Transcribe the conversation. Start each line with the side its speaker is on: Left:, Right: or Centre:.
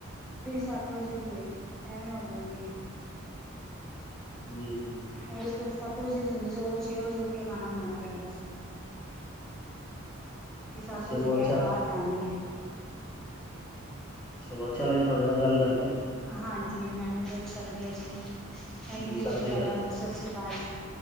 Centre: ਫਿਰ ਸੱਤ ਵਜੇ ਦੀ ਹੋਈ ਐਵੇਂ ਹੋ ਜਾਂਦੀ ਏ।
Left: ਜੀ ਜੀ।
Centre: ਓ ਜਦੋਂ ਸੱਤ ਵਜੇ ਦੀ ਹੁੰਦੀ ਸੀ, ਓਦੋਂ ਛੇ ਵਜੇ ਉੱਠ ਕੇ ਖਾਨਾ ਬਨਾਨਾ ਪੈਂਦਾ ਸੀ। ਕਿ ਸਤ
Left: ਚਲੋ
Centre: ਵਜੇ ਕੈਬ
Left: ਅੱਛਾ
Centre: ਆ ਜਾਨੀ ਏ।
Left: ਚਲੋ, ਅੱਛਾ ਲਗੇਆ ਤੋਡੇ ਨਾਲ ਗੱਲ ਕਰਕੇ।
Centre: ਹਾਂਜੀ, ਮੈਨੂੰ ਵੀ ਅੱਛਾ ਲਗੇਆ ਜੀ, ਥੈਂਕ ਯੂ
Left: ਸਤਿ
Centre: ਜੀ
Left: ਸ੍ਰੀ
Centre: ਤੋਡਾ
Left: ਅਕਾਲ
Centre: ਸਸ੍ਰੀ ਕਾਲ ਜੀ।